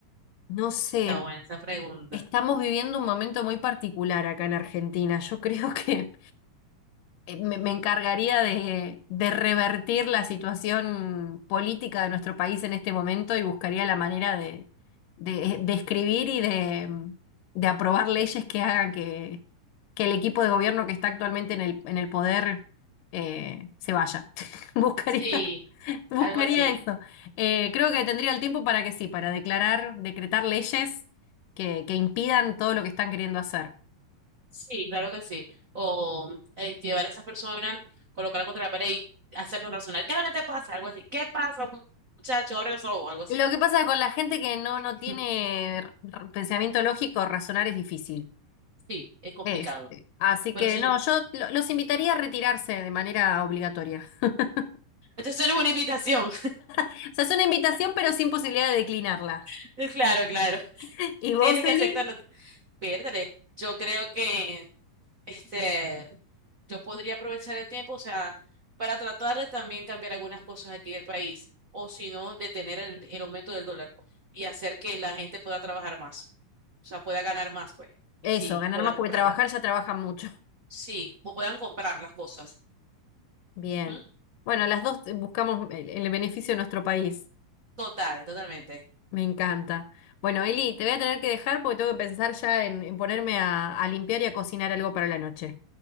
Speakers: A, on the left; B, on the right.
A: no sé,
B: Está buena esa pregunta.
A: estamos viviendo un momento muy particular acá en Argentina. Yo creo que eh, me, me encargaría de, de revertir la situación política de nuestro país en este momento y buscaría la manera de, de, de escribir y de, de aprobar leyes que hagan que, que el equipo de gobierno que está actualmente en el, en el poder eh, se vaya. <laughs> Buscaría.
B: Sí,
A: Buscaría
B: algo así.
A: eso. Eh, creo que tendría el tiempo para que sí, para declarar, decretar leyes que, que impidan todo lo que están queriendo hacer.
B: Sí, claro que sí. O eh, llevar a esas personas, colocarla contra la pared y hacerlos razonar. ¿Qué es lo que te pasa? Algo así. ¿Qué pasa, muchacho? Abre los ojos, algo así.
A: Lo que pasa con la gente que no,
B: <laughs>
A: no tiene r- pensamiento lógico, razonar es difícil.
B: Sí, es complicado.
A: Este. Así
B: Pero
A: que
B: eso,
A: no, yo lo- los invitaría a retirarse de manera obligatoria. <laughs>
B: eso no es una invitación.
A: O sea, es una invitación, pero sin posibilidad de declinarla.
B: <laughs> Claro, claro.
A: <laughs> ¿Y vos,
B: Tienes
A: Eli?
B: que aceptarlo. Piérdale. Yo creo que este, yo podría aprovechar el tiempo, o sea, para tratar de también cambiar algunas cosas aquí del país, o si no, detener el, el aumento del dólar y hacer que la gente pueda trabajar más, o sea, pueda ganar más, pues,
A: Eso,
B: y sí,
A: ganar
B: y puedan
A: más
B: comprar,
A: porque trabajar
B: bien.
A: ya trabajan mucho.
B: sí, o puedan comprar las cosas.
A: Bien.
B: Ujú.
A: Bueno, las dos eh, buscamos el el beneficio de nuestro país.
B: Total, totalmente.
A: Me encanta. Bueno, Eli, te voy a tener que dejar porque tengo que pensar ya en, en ponerme a, a limpiar y a cocinar algo para la noche.